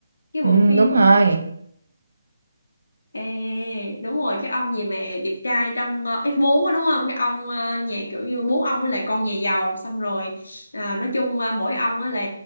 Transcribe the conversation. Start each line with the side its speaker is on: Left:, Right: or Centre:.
Left: cái
Right: ừ
Left: bộ phim
Right: đúng rồi
Left: Ê, đúng rồi cái ông gì mà đẹp trai trong ờ, X4 á, đúng không cái ông ờ, nhà kiểu như bố ông với lại con nhà giàu xong rồi à, nói chung ờ, mỗi ông á là